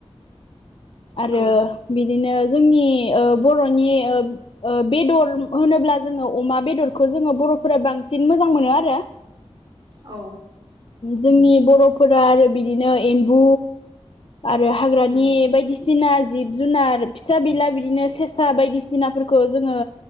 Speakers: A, on the left; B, on the right.
A: आरो
B: औ
A: बिदिनो जोंनि ओ बरनि ओ बेदर होनोब्ला जोङो अमा बेदरखौ जोङो बर फोरा बांसिन मोजां मोनो आरो
B: औ
A: जोंनि बरफोरा आरो बिदिनो एम्बु आरो हाग्रानि
B: उम
A: बायदिसिना सिना जिब जुनार फिसा बिला बिदिनो सेसा बायदिसिनाफोरखौ जोङो